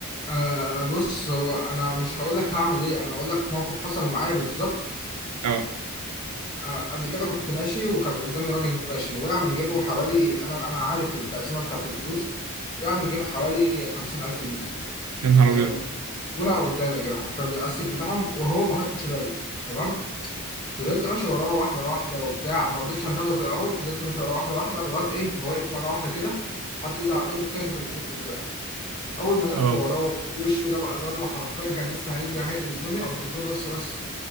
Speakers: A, on the left; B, on the right.
A: آه بص هو انا مش هقول لك هعمل ايه انا هقول لك موقف حصل معايا بالظبط
B: اه
A: وقبل كده كنت ماشي وكان قدامي راجل ماشي وقع من جيبه حوالي انا انا عارف التقسيمه بتاعت الفلوس وقع من جيبه حوالي 50000 جنيه
B: يا نهار
A: آه
B: ابيض
A: وقع قدامي كده حرفيا بالاستك بتاعهم وهو ما خدش باله تمام فضلت ماشي وراه واحدة واحدة وبتاع ما رضيتش اندهله في الأول فضلت ماشي وراه واحدة واحدة لغاية إيه ما وقف مرة واحدة كده حط إيده على جيبه اكتشف إن في فلوس وقعت أول ما لف
B: اه
A: وراه وشه جاب ألوان وحرفيا كان لسه هيجري هيقلب الدنيا قمت قلت له بس بس